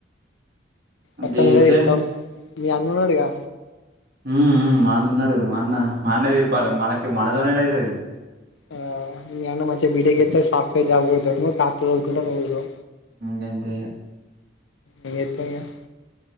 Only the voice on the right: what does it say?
దిగితే
మ్మ్ మ్మ్ మా అన్న ఉన్నాడుగా మాఅన్న మాఅన్నే తీరిపాలి మనకి మనతోన యడ అవుతుది
గంతే